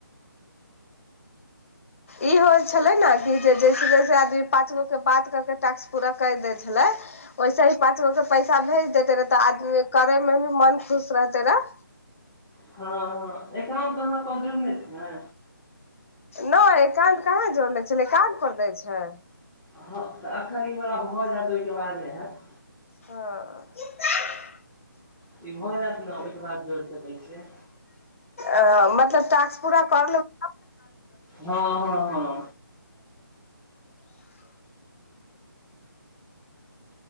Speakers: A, on the left; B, in the centre.
A: ई होइ छले ने कि जे जैसे जैसे आदमी पाँच गो के बात करके टैक्स पूरा कर देै छले वैसे ही पाँच गो के पैसा भेज देते रहे तऽ आदमी करेमे भी मन खुश रहते रहे
B: हँ हँ एकरा तह अपन छै ने
A: नहि एकानं्त कहे जोड़ ले छलैां्त पर दै छै
B: हँ तऽ एखन ई ओरा भऽ जायत ओहिके बाद नहि हयैत
A: हँ
B: ई भ जायत ने ओहिके बाद जोड़ि सकै छियै
A: अ मतलब ास् पूरा कर लेब <inaudible>
B: हँ हँ हँ